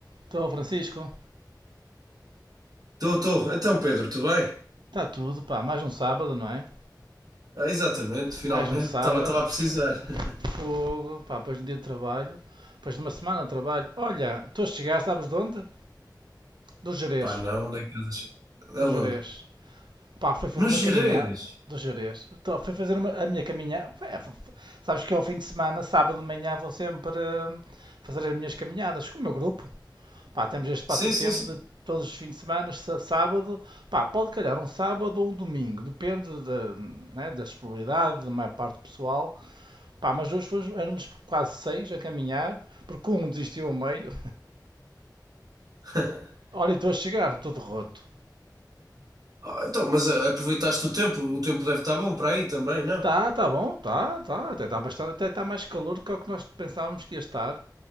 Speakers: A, on the right (about 85°); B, on the right (about 55°).
A: Estou, Francisco.
B: Estou, estou. Então, Pedro, tudo bem?
A: Está tudo, pá. Mais um sábado, não é?
B: Ah, exatamente, finalmente.
A: Mais um sábado.
B: Estava, estava a precisar.
A: Fogo,
B: <laughs>
A: pá. Depois de um dia de trabalho. Depois de uma semana de trabalho. Olha, estou a chegar, sabes de onde? Do Jerez.
B: Pá, não, nem casas. Aonde?
A: Do Jerez. Pá, fui fazer
B: Nos
A: uma
B: Gerês.
A: caminhada do Jerez. Tô, fui fazer uma- a minha caminhada. É, f- f- sabes que ao fim de semana, sábado de manhã, vou sempre hum, fazer as minhas caminhadas com o meu grupo. Pá, temos este passatempo
B: Sim, sim, sim.
A: de todos os fins de semana, sábado, pá, pode calhar um sábado ou um domingo, depende da, né, da disponibilidade da maior parte do pessoal. Pá, mas hoje fomos, éramos quase seis a caminhar, porque um desistiu ao meio.
B: <laughs>
A: Olha, estou a chegar, todo roto.
B: Ah, então, mas ah, aproveitaste o tempo. O tempo deve estar bom para aí também, não?
A: Tá, tá bom, tá, tá, até está bastante, até está mais calor do que o que nós pensávamos que ia estar.